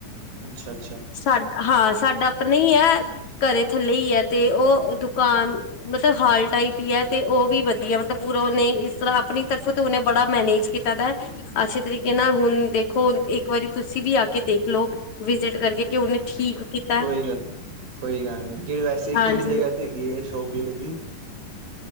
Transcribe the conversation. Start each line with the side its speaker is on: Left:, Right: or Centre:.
Right: ਅੱਛਾ- ਅੱਛਾ।
Left: ਸਾ ਹਾਂ ਸਾਡਾ ਅਪਣਾ ਈ ਐ, ਘਰੇ ਥੱਲੇ ਈ ਐ ਤੇ ਔ ਦੁਕਾਨ ਮਤਲਬ ਹਾਲ ਟਾਈਪ ਈ ਐ, ਤੇ ਔ ਵੀ ਵਧੀਆ ਮਤਲਬ ਪੂਰਾ ਔਨੇ ਇਸ ਤਰ੍ਹਾਂ ਆਪਣੀ ਤਰਫੋਂ ਤੇ ਔਨੇ ਬੜਾ ਮੈਨੇਜ ਕੀਤਾ ਦਾ ਅੱਸੀ ਤਰੀਕੇ ਨਾਲ ਹੁਣ ਦੇਖੋ ਇੱਕ ਵਾਰੀ ਤੁਸੀਂ ਵੀ ਆ ਕੇ ਦੇਖਲੋ ਵਿਜਿਟ ਕਰਕੇ ਕਿ ਉਹਨੇ ਠੀਕ ਕੀਤਾ
Right: ਕੋਈ ਗੱਲ ਨੀ- ਕੋਈ ਗੱਲ ਨੀ ਕਿ ੜ ਵੈਸੇ ਕੇੜੀ
Left: ਹਾਂਜੀ
Right: ਜਗ੍ਹਾ ਤੇ ਹੈ ਯੇ ਹੈ ਸ਼ੋਪਤ ਬੇਟੇ ਦੀ <unintelligible>